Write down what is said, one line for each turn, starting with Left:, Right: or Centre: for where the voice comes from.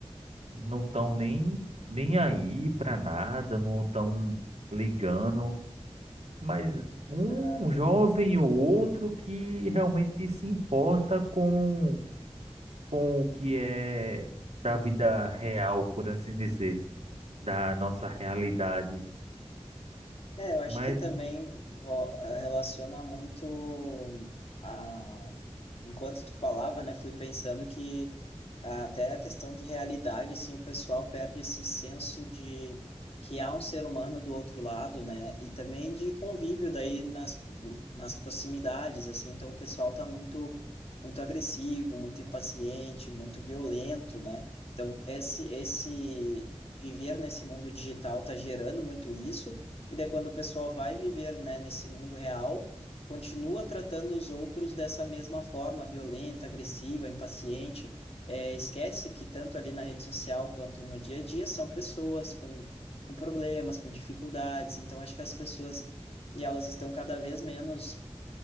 Right: não estão nem, nem aí para nada, não estão ligando, mas um
Left: Ah,
Right: jovem ou outro que realmente se importa com, com o que é da vida real, por assim dizer. da nossa realidade.
Left: É, eu acho
Right: Mas
Left: que também vo- eh, relaciona muito a... Enquanto tu falava, né, fui pensando que até a questão de realidade, assim, o pessoal perde esse senso de que há um ser humano do outro lado, né, e também de convívio daí nas, nas proximidades, assim, então o pessoal tá muito, muito agressivo, muito impaciente, muito violento, né, então esse, esse viver nesse mundo digital tá gerando muito isso, e daí quando o pessoal vai viver, né, nesse mundo real, continua tratando os outros dessa mesma forma, violenta, agressiva, impaciente. É, esquece que tanto ali na rede social quanto no dia a dia são pessoas com, com problemas, com dificuldades. Então acho que as pessoas e elas estão cada vez menos